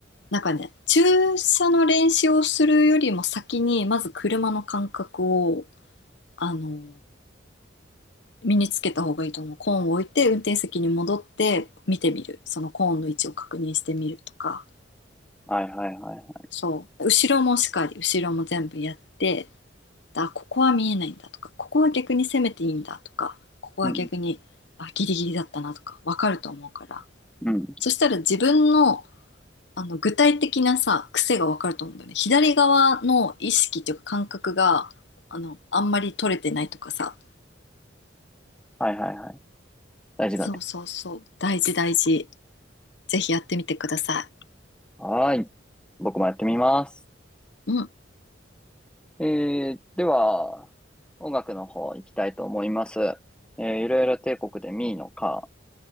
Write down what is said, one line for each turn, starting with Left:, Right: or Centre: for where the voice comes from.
Left: なんかね注射の練習をするよりも先にまず車の感覚をあの身につけた方がいいと思うコーンを置いて運転席に戻って見てみるそのコーンの位置を確認してみるとか
Centre: はいはいはい。
Left: そう後ろもしっかり後ろも全部やってあここは見えないんだとかここは逆に攻めていいんだとかここは逆にあギリギリだったなとか分かると思うから
Centre: うん、うん、
Left: そしたら自分のあの具体的なさ癖が分かると思うんだよね左側の意識っていうか感覚があのあんまり取れてないとかさ
Centre: はいはいはい。大事だね。
Left: そうそうそう大事大事ぜひやってみてくださ
Centre: はーい。僕もやってみます。
Left: いうん
Centre: えー、では、音楽の方行きたいと思います。えー、いろいろ帝国でミーのカー。